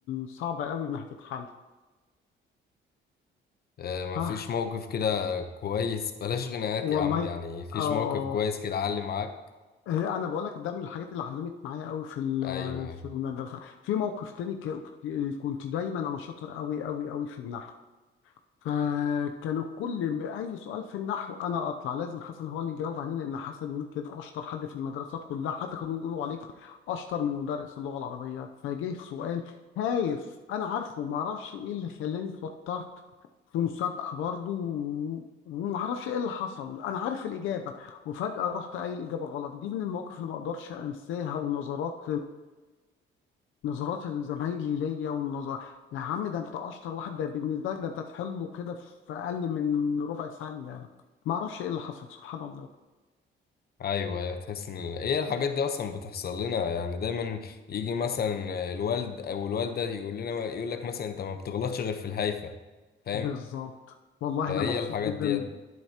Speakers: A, on the left; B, on the left.
A: صعبة قوي إنها تتحل
B: آه،
A: ها
B: مفيش موقف كده كويس بلاش غناءات
A: والله
B: يا عم يعني مفيش
A: آه
B: موقف كويس كده علم معاك
A: آه، أنا بقول لك ده من الحاجات اللي علمت معايا قوي في ال-
B: ايوه
A: في المدرسة في موقف تاني ك- كنت دايما أنا شاطر قوي قوي قوي في النحو فكانوا كل اي سؤال في النحو انا اطلع لازم حسن هو اللي يجاوب عليه لان حسن يمكن اشطر حد في المدرسات كلها حتى كانوا يقولوا عليك اشطر من مدرس اللغه العربيه فجه سؤال هايف انا عارفه ما اعرفش ايه اللي خلاني اتوترت في مسابقه برضو و- وما اعرفش ايه اللي حصل انا عارف الاجابه وفجاه رحت قايل الاجابه غلط دي من المواقف اللي ما اقدرش انساها والنظرات نظرات زمايلي ليا والنظر يا عم ده انت اشطر واحد ده بالنسبه لك ده انت تحله كده في اقل من ربع ثانيه يعني ما اعرفش ايه اللي حصل سبحان الله
B: ايوه ايوه تحس ان ايه الحاجات دي اصلا بتحصل لنا يعني دايما يجي مثلا الوالد او الوالده يقول لنا يقول لك مثلا انت ما بتغلطش غير في الهايفه فاهم
A: بالظبط والله
B: فهي
A: انا مبسوط
B: الحاجات
A: جدا
B: ديت